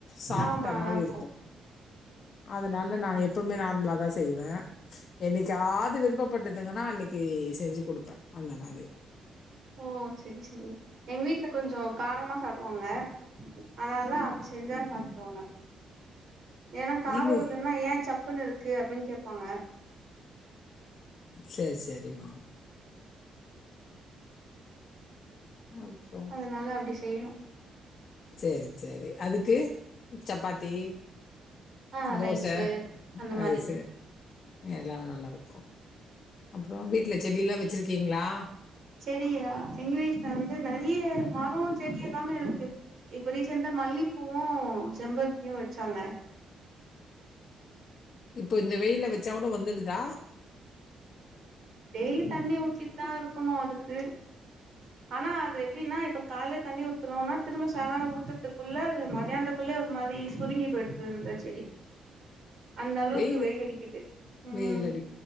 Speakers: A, on the left; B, on the right.
A: சாப்ட்ட
B: ஆமா நல்லாருக்கு
A: மாரி இருக்கு அதுனால நா எப்பவுமே நார்மலாதா செய்வே என்னைக்காது விருப்பப் பட்டுதுகனா அன்னக்கி செஞ்சு குடுப்பே அந்த மாரி
B: ஓ செரி செரி எங்க வீட்ல கொஞ்சோ காரமா சாட்டுவாங்க அதுனாலா அப்டி செஞ்சா சாப்டுக்குவாங்க ஏனா காரோ
A: நீங்க
B: இல்லேனா ஏ சப்புன்னு இருக்கு அப்டின் கேப்பாங்க
A: சேர் சேரிம்மா அப்
B: அதுனால அப்டி செய்யணு
A: சேர் சேரி அதுக்கு சப்பாத்தி
B: ஆ
A: தோச
B: ரைஸு அந்த
A: ஆ
B: மாரி
A: எஸ்ஸு எல்லா நல்லாருக்கு அப்பறோ வீட்ல செடியெல்லா வச்சுருக்கீங்களா
B: செடியா எங்க வீட்ல வந்து நெறைய மரோ செடி எல்லாமே இருக்கு இப்ப ரீசண்டா மல்லிப்பூவு செம்பருத்தியு வச்சாங்க
A: இப்ப இந்த வெயில்ல வச்சா கூட வந்துடுதா
B: டெய்லி தண்ணி ஊத்திட்தா இருக்கணு அதுக்கு ஆனா அது எப்டின்னா இப்ப காலேலயே தண்ணி ஊத்துரோனா திரும்ப சாய்ங்காலோ ஊத்தர்த்துக்குள்ள அது மதியானது குள்ள ஒரு மாரி சுருங்கி போய்ட்டுது ரோஜா செடி அந்த அளவுக்கு
A: வெயிலு
B: வெயில் அடிக்கிது ம்
A: வெயில்